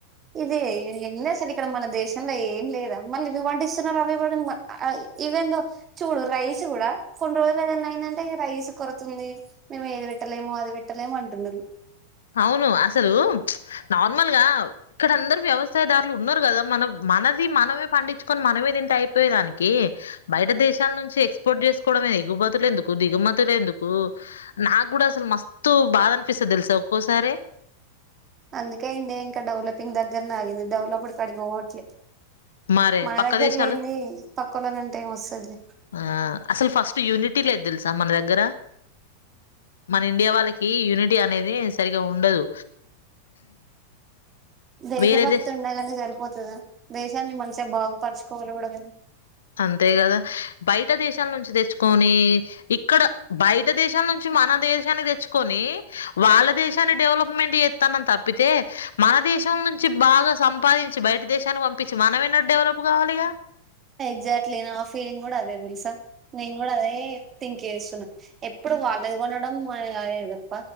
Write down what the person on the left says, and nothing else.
అవును అసలు నార్మల్ గా ఇక్కడందరు వ్యవస్సాయ దా ఇట్లా ఉన్నారు కదా మన మనది మనమే పండించుకొని మనమే తింటే అయిపోయే దానికి బయట దేశ శాలనుంచి నుంచి ఎక్స్పోర్ట్ చేసుకోవమే ఎగుమతులు ఎందుకు దిగుమతులు ఎందుకు నాకు కూడా అసలు మస్తు బాధ అనిపిస్తే తెలుసా ఒక్కోసారి
మరే
పక్క
దేశాలు
ఆ అసలు ఫస్ట్ యూనిటీ లేదు తెలుసా మన దగ్గర మన ఇండియా వాళ్ళకి కి యూనిటీ అనేది సరిగా ఉండదు
వేరే దేశ
అంతే కదా బయట దేశాల నుంచి తెచ్చుకొని ఇక్కడ బయట దేశాల నుంచి మనదేశనే తెచ్చు కోని వాళ్ళ దేశాన్ని డెవలప్మెంట్ చేస్తానని తప్పితే మన దేశం నుంచి బాగా సంపాదించి బయట దేశానికి పంపించి మనం ఏన్నట్ డెవలప్ కావాలిగా